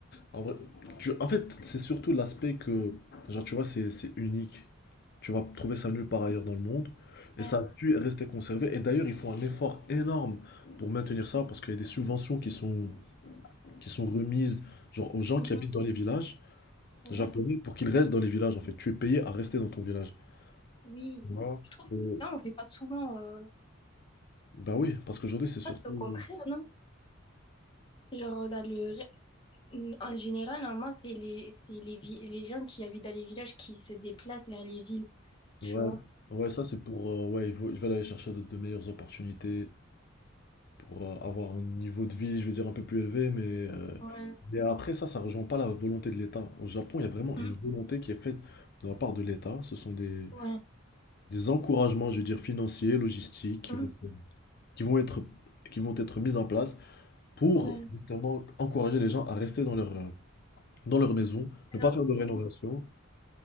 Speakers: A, on the left; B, on the left.
A: En vrai, tu- en fait, c'est surtout l'aspect que, genre, tu vois, c'est c'est unique. Tu vas trouver ça nulle part ailleurs dans le monde. Et
B: ouais.
A: ça a su rester conservé. Et d'ailleurs, ils font un effort énorme pour maintenir ça parce qu'il y a des subventions qui sont, qui sont remises, genre, aux gens
B: Mhm.
A: qui habitent dans les villages
B: Ouais,
A: japonais pour qu'ils restent dans les villages, en fait. Tu es payé à rester dans ton village.
B: oui.
A: Tu vois?
B: Je trouve
A: Et-
B: que ça, on fait pas souvent. euh,
A: bah oui, parce qu'aujourd'hui, c'est surtout.
B: ah, c'est au contraire, non? Genre, dans le... en général, normalement, c'est les... c'est les, vi- les gens qui habitent dans les villages qui se déplacent vers les villes, tu
A: Ouais,
B: vois?
A: ouais, ça, c'est pour. euh, ouais, ils vo- ils veulent aller chercher de, de meilleures opportunités. pour euh, avoir un niveau de vie, je vais dire, un peu plus élevé, mais, euh,
B: Ouais.
A: mais après ça, ça rejoint pas la volonté de l'État. Au Japon, il y a vraiment
B: Mm.
A: une volonté qui est faite de la part de l'État. Ce sont des,
B: Ouais.
A: des encouragements, je veux dire, financiers, logistiques, qui
B: Mm.
A: vont, faire- qui vont être, qui vont être mis en place pour
B: Ouais.
A: justement encourager les gens à rester dans leur, euh, dans leur maison, ne pas
B: Alors,
A: faire de rénovation.
B: oui.